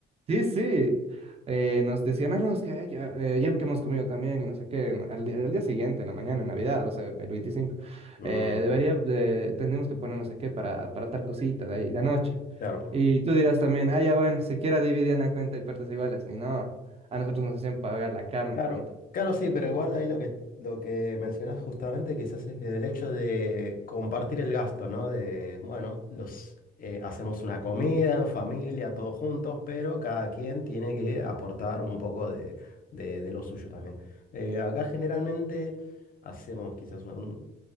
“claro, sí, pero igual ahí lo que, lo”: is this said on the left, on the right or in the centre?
Left